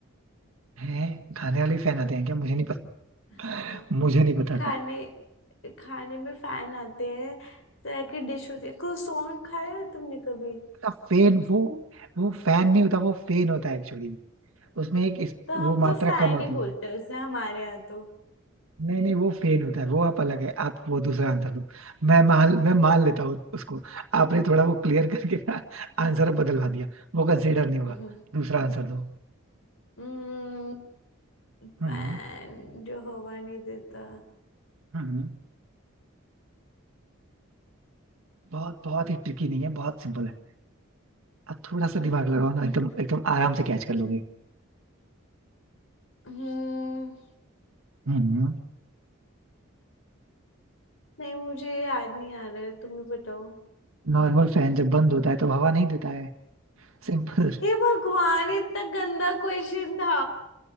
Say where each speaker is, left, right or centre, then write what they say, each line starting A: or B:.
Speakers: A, on the right; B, on the left.
A: है खाने वाले फैन आते हैं क्या मुझे नहीं पता
B: हाँ
A: मुझे नहीं पता
B: खाने
A: था
B: खाने में फैन आते हैं तरह की डिश होती है क्रोसॉन खाया है तुमने कभी
A: अच्छा फैन वो वो फैन नहीं होता वो फेन होता है एक्चुअली उसमें एक इस,
B: तो
A: वो
B: हम तो
A: मात्रा
B: फैन
A: कम होती
B: ही बोलते
A: है
B: हैं उसे हमारे यहाँ तो
A: नहीं नहीं वो फेन होता है वो आप अलग है आप वो दूसरा आंसर दो मैं मान मैं मान लेता हूँ उसको आपने थोड़ा वो क्लियर करके ना आंसर बदलवा दिया वो कंसिडर नहीं होगा
B: हम्म
A: दूसरा आंसर दो
B: हम्म, फैन
A: हम्म
B: जो हवा नहीं देता
A: हम्म हम्म। बहुत बहुत ही ट्रिकी नहीं है बहुत सिंपल है अब थोड़ा सा दिमाग लगाओ ना एकदम एकदम आराम से कैच कर लोगे
B: हम्म
A: हम्म
B: नहीं मुझे याद नहीं आ रहा है तुम ही बताओ
A: नॉर्मल फैन जब बंद होता है तो हवा नहीं देता है सिंपल
B: हे भगवान इतना गंदा क्वेश्चन था